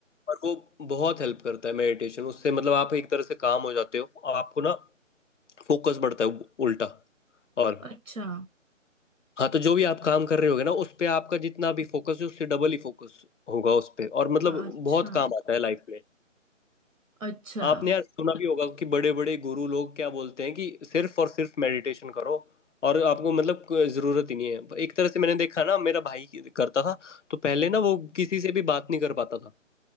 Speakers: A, on the left (about 65°); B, on the right (about 85°).
A: पर वो बहुत हेल्प करता है मेडिटेशन उससे मतलब आप एक तरह से काम हो जाते हो आपको ना फोकस बढ़ता है उल्टा और
B: अच्छा
A: हाँ तो जो भी आप काम कर रहे होगे ना उस पे आपका जितना भी फोकस है उससे डबल ही फोकस होगा उस पे और मतलब
B: अच्छा
A: बहुत काम आता है लाइफ में
B: अच्छा
A: आपने यार सुना भी होगा कि बड़े बड़े गुरु लोग क्या बोलते हैं कि सिर्फ और सिर्फ मेडिटेशन करो और आपको मतलब कोई जरूरत ही नहीं है एक तरह से मैंने देखा ना मेरा भाई करता था तो पहले ना वो किसी से भी बात नहीं कर पाता था